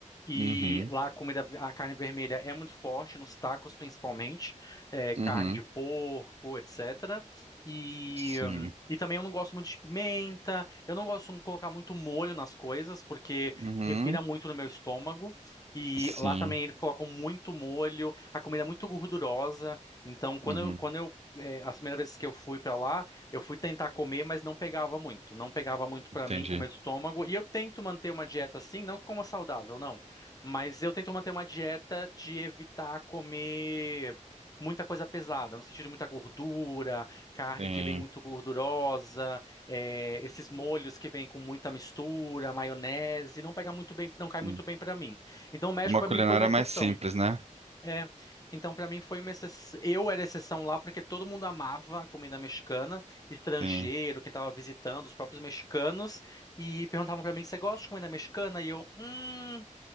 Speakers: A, on the left; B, on the right.
A: E
B: uhum,
A: lá a comida, a carne vermelha é muito forte, nos tacos principalmente, é, carne
B: uhum,
A: de porco, etc. E,
B: sim,
A: hum, e também eu não gosto muito de pimenta, eu não gosto de colocar muito molho nas coisas, porque
B: uhum,
A: revira muito no meu estômago. E
B: sim,
A: lá também eles colocam muito molho, a comida é muito gordurosa, então quando
B: uhum,
A: eu, quando eu é, as primeiras vezes que eu fui para lá, eu fui tentar comer, mas não pegava muito. Não pegava muito para
B: entendi.
A: mim com o meu estômago. E eu tento manter uma dieta assim, não como saudável, não. Mas eu tento manter uma dieta de evitar comer muita coisa pesada, no sentido de muita gordura, carne
B: Sim,
A: que vem muito gordurosa, eh, esses molhos que vêm com muita mistura, maionese, não pega muito bem, não cai muito
B: sim.
A: bem para mim. Então o México
B: Uma
A: para
B: culinária
A: mim foi uma exceção.
B: mais simples, né?
A: É, então para mim foi uma exceção. Eu era exceção lá porque todo mundo amava a comida mexicana, estrangeiro,
B: Sim.
A: quem estava visitando, os próprios mexicanos, e perguntavam para mim, você gosta de comida mexicana? E eu, hum.